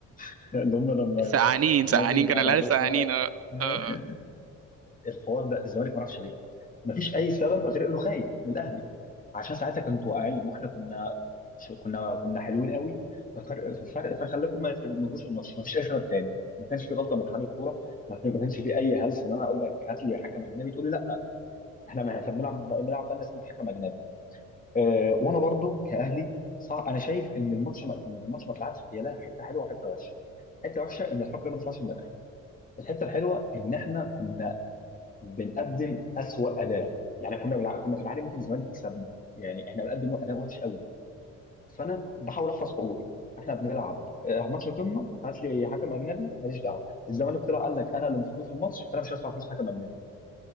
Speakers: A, on the left (about 25°); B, on the right (about 50°).
A: <laughs> اللي هم لما
B: سقعانين
A: لما
B: سقعانين
A: قالوا العربيه
B: كان الاهلي سقعانين
A: اه
B: اه
A: <laughs>
B: اه آه.
A: الحوار ده الزمالك ما راحش ليه؟ ما فيش اي سبب غير انه خايف من الاهلي عشان ساعتها كانوا واقعين واحنا كنا كنا كنا حلوين قوي ففرق ففرق فخلاكم ما ما تجوش الماتش ما فيش اي سبب تاني ما كانش في غلطه من اتحاد الكوره ما كان- ما كانش في اي هلس ان انا اقول لك هات لي حكم اجنبي تقول لي احنا ما احنا بنلعب بنلعب بقالنا سنه حكم اجنبي أه وانا برضو كاهلي صح انا شايف ان الماتش ما ان الماتش ما اتلعبش هي لها حته حلوه وحته وحشه حته وحشه ان الحكم ما طلعش من الاهلي الحته الحلوه ان احنا كنا بنقدم اسوأ اداء يعني كنا بلع... كنا في العادي ممكن الزمالك يكسبنا يعني احنا بنقدم اداء وحش قوي فانا بحاول احفظ حقوقي احنا بنلعب آه، ماتش قمه هات لي حكم اجنبي ماليش دعوه الزمالك طلع قال لك انا اللي مصدوف الماتش فانا مش هدفع فلوس حكم اجنبي